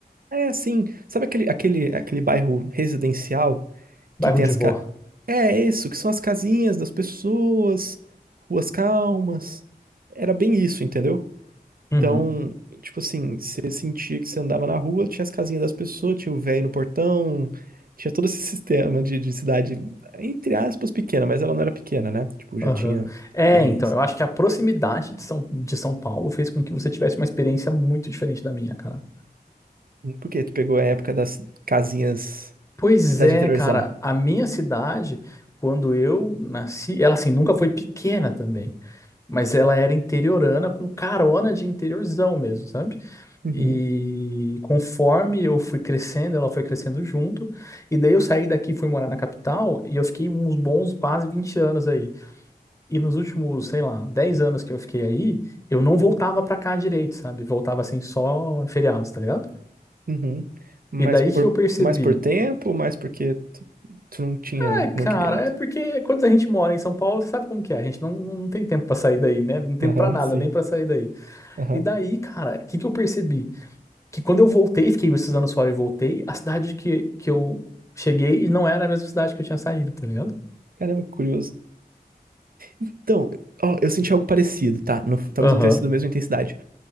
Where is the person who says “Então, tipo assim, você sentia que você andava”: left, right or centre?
Right